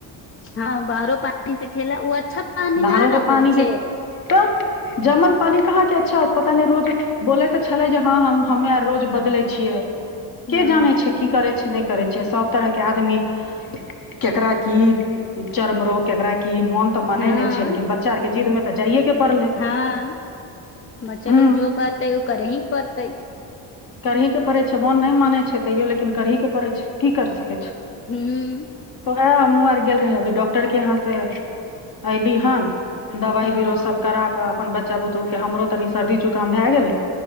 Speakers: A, on the left; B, on the left.
A: हँ बाहरो पानि से खेला ओ अच्छा पानि
B: बाहरो
A: न न
B: से
A: होय
B: पानी के
A: छै।
B: तऽ जमल पानी कहाँके अच्छा हो पता नहि रोज बोलै तऽ छलै जे हँ हम हमे आर रोज बदलै छियै।
A: हँ
B: के जानै छै की करै छै नहि करै छै सब तरह के आदमी केकरा की चरम रोग केकरा की मोन तऽ मानय
A: हँ
B: नहि छै लेकिन बच्चा आर के जिद मे तऽ जाइए के पड़लै
A: हँ बच्चा लोग
B: हूँ
A: जो कर। तै ओ करहीं पड़तै।
B: करही के पड़े छै मन नहि मानै छै तैयो लेकिन करही के पड़े छै की करि सकैत छै।
A: हूँ
B: ह हमूँ आर गेल रही अभी डॉक्टर के यहाँ से ऐली हन। दबाइ बीरो
A: ओ
B: सब करा क अपन बच बच्चा बूतरू के हमरो तनी सर्दी जुकाम भा गेलै